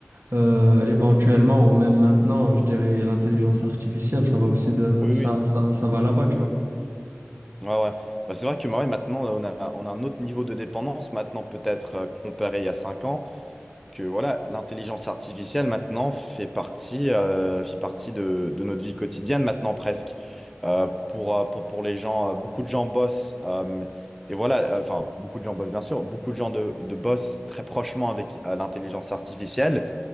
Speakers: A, on the right (about 70°); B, in the centre.
A: euh, éventuellement, ou même maintenant, je dirais l'intelligence artificielle, ça va aussi de
B: oui,
A: ça,
B: oui,
A: ça, ça va là-bas, tu vois.
B: ouais, ouais. Bah, c'est vrai que ouais, maintenant, on a, on a un autre niveau de dépendance maintenant, peut-être euh, comparé il y a 5 ans. que voilà, l'intelligence artificielle maintenant fait partie, euh, fait partie de, de notre vie quotidienne maintenant presque. Euh, pour, euh, pour, pour les gens, euh, beaucoup de gens bossent, euh, et voilà, euh, enfin beaucoup de gens bossent bien sûr, beaucoup de gens de, de bossent très prochement avec euh, l'intelligence artificielle.